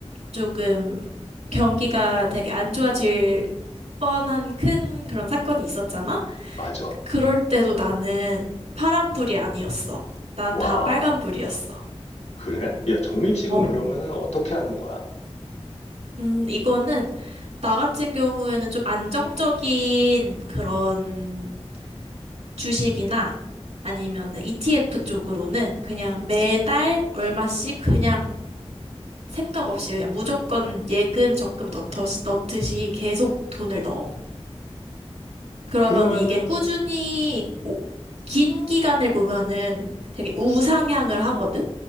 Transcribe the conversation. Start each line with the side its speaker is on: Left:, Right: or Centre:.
Right: 조금 경기가 되게 안 좋아질 뻔한 큰 그런 사건이 있었잖아?
Left: 맞아.
Right: 그럴 때도 나는 파란불이 아니었어. 난
Left: 와,
Right: 다 빨간불이었어.
Left: 그래? 야, 적립식은
Right: 어,
Left: 그러면은 어떻게 하는 거야?
Right: 음, 이거는 나 같은 경우에는 좀 안정적인 그런 주식이나 아니면은 ETF 쪽으로는 그냥 매달 얼마씩 그냥 생각 없이 그냥 무조건 예금, 적금 넣듯이, 넣듯이 계속 돈을 넣어. 그러면
Left: 그러면은,
Right: 이게 꾸준히 오- 긴 기간을 보면은 되게 우상향을 하거든?